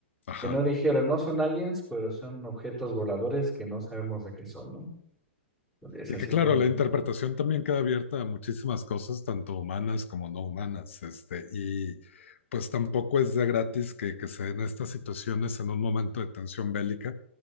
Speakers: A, on the left; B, in the centre.
A: ajá.
B: que no dijeron, no son aliens, pero son objetos voladores que no sabemos de qué son, ¿no? Es
A: Y
B: así
A: que claro,
B: como...
A: la interpretación también queda abierta a muchísimas cosas, tanto humanas como no humanas, este, y pues tampoco es de gratis que, que se den estas situaciones en un momento de tensión bélica,